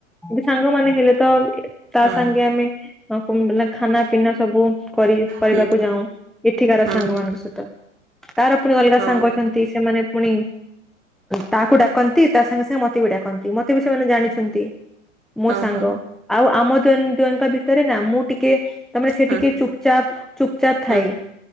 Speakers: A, in the centre; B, on the right (about 30°).
A: ଏ ସାଙ୍ଗମାନେ ହେଲେତ ତା
B: ହୁଁ
A: ସାଙ୍ଗେ ଆମେ ହ ଖାନା ପିନା ସବୁ କରି କରିବାକୁ
B: ହୁଁ
A: ଯାଉ ଏଠିକାର
B: ହୁଁ
A: ସାଙ୍ଗ ମାନଙ୍କ ସହିତ। ତାର ପୁଣି ଅଲଗା
B: ହଁ
A: ସାଙ୍ଗ ଅଛନ୍ତି ସେମାନେ ପୁଣି ତାହାକୁ ଡାକନ୍ତି। ତା ସାଙ୍ଗେ ସାଙ୍ଗେ ମୋତେ ବି ଡାକନ୍ତି ମୋତେ ବି ସେମାନେ ଜାଣିଛନ୍ତି। ମୋ
B: ହଁ
A: ସାଙ୍ଗ
B: ହଁ
A: ଆଉ ଆମ ଦୁଇ ଜଣଙ୍କ ଭିତରେ ନା ମୁଁ ଟିକେ ତମେ ସେ
B: ହୁଁ
A: ଟିକେ ଚୁପଚାପ ଚୁପଚାପ ଥାଏ।
B: ହୁଁ